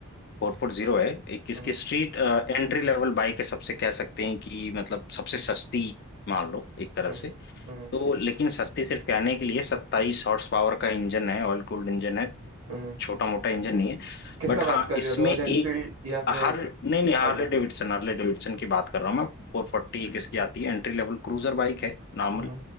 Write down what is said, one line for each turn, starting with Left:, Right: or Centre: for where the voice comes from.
Left: फोर फोर जीरो है एक इसकी
Right: हम्म
Left: स्ट्रीट एंट्री लेवल बाइक है सबसे कह सकते हैं कि मतलब सबसे सस्ती मान लो एक तरह
Right: हम्म
Left: से
Right: हम्म
Left: तो लेकिन सस्ती सिर्फ कहने के लिए सत्ताईस हॉर्स पावर का इंजन है ऑयल कूल्ड इंजन है
Right: हम्म
Left: छोटा मोटा इंजन नहीं है
Right: किसका
Left: बट
Right: बात
Left: हाँ
Right: कर
Left: इसमें
Right: रहे हो रॉयल
Left: एक
Right: एनफील्ड या फिर
Left: हर नहीं नहीं हार्ले
Right: हार्ली
Left: डेविडसन हार्ले डेविडसन की बात कर रहा हूँ मैं फोर फोर्टी एक इसकी आती है एंट्री लेवल क्रूजर बाइक है नॉर्मल
Right: हम्म